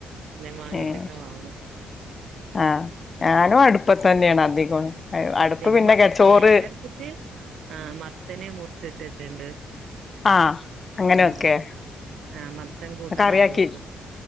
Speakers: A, on the right; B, on the left.
A: പിന്നെ വാങ്ങീട്ടൊക്കെ
B: ഏഹ്
A: വാണം
B: ആഹ് ഞാനും അടുപ്പത്തന്നെയാണ്
A: പി
B: അധികം അടുപ്പ്
A: പിന്നെ മ
B: കെ ചോറ്
A: തേങ്ങ അർച്ചിട്ട് ആഹ് മത്തന മുറിച്ചിട്ട വച്ചുണ്ട്
B: ആഹ് അങ്ങനെയൊക്കെ
A: ആഹ് ആഹ് മത്തം കൂട്ടാനാക്കി
B: കറിയാക്കി
A: വെക്കും